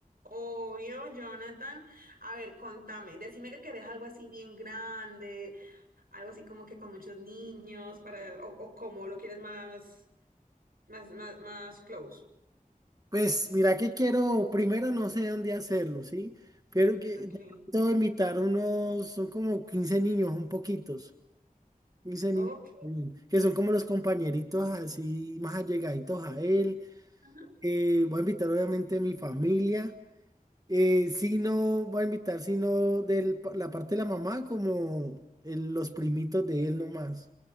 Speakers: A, on the right (about 85°); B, on the right (about 25°).
A: Obvio, Jonathan. A ver, contame. Decime que querés algo así bien grande, algo así como que con muchos niños, para, o, o cómo lo quieres más, más, más, más close.
B: Pues mira que quiero, primero no sé dónde hacerlo, ¿sí? Pero que
A: Ok.
B: de pronto invitar unos, son como 15 niños, un poquitos. Wilson
A: Ok.
B: y Yasmín, que son como los compañeritos así más allegaditos a él.
A: Ajá.
B: Eh, voy a invitar obviamente mi familia. Eh, si no, voy a invitar sino de la parte de la mamá como el- los primitos de él nomás.